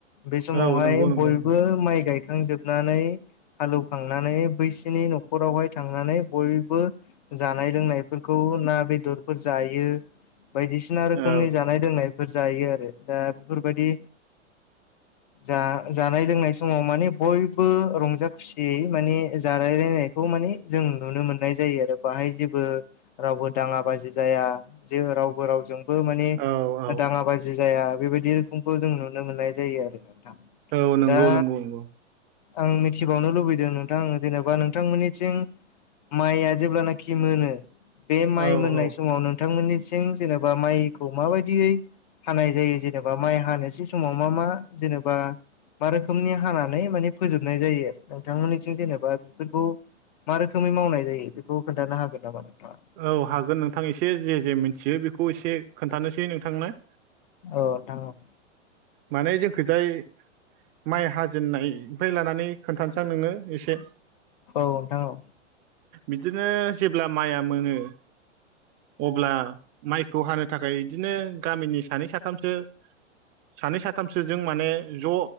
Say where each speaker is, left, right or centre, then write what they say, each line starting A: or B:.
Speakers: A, on the left; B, on the right.
A: बे समावहाय
B: औ नंगौ नंगौ
A: बयबो
B: नंगौ
A: माइ गायखांजोबनानै हालौवखांनानै बैसिनि न'खरावहाय थांनानै बयबो जानाय लोंनायफोरखौ ना बेदरफोर जायो बायदिसिन सिना रोखोमनि
B: औ
A: जानाय लोंनायफोर जायो दा बेफोरबायदि जा जानाय लोंनाय समाव माने बयबो रंजा खुसियै माने जालायलायनाय बेखौ माने जों नुनो मोननाय जायो आरो बाहाय जेबो रावबो दाङा बाजि जाया जे रावबो रावजों बो माने
B: औ औ
A: दाङा बाजि जाया बेबायदि रोखोमखौ जों नुनो मोननाय जायो आरो नोंथां।
B: औ नंगौ
A: दा
B: नंगौ नंगौ
A: आं मिथिबावनो लुबैदों नोंथां जेनेबा नोंथांमोननिथिं माइआ जेब्लानाखि मोनो बे माइ
B: औ
A: मोननाय
B: औ
A: समाव नों नोंथांमोननिसिं जेनेबा माइखौ माबायदियै हानाय जायो जेनेबा माइ हानोसै समाव मा मा जेनेबा मा रोखोमनि हानानै माने फोजोबनाय जायो आरो नोंथांमोननिथिं जेनेबा बेफोरखौ मा रोखोमै मावनाय जायो बेखौ खोन्थानो हागोन नामा नोंथाङा?
B: औ हागोन नोंथां एसे जे जे मिथियो बेखौ एसे खोन्थानोसै नोंथांनो।
A: औ थां औ।
B: माने जोंखैजाय माइ हाजेननायनिनायनिफ्राय लानानै खोन्थानोसां नोंनो एसे।
A: औ नोंथां औ।
B: बिदिनो जेब्ला माइया मोनो अब्ला माइखौ हानो थाखाय इदिनो गामिनि सानै साथामसो सानै साथामसोजों माने ज'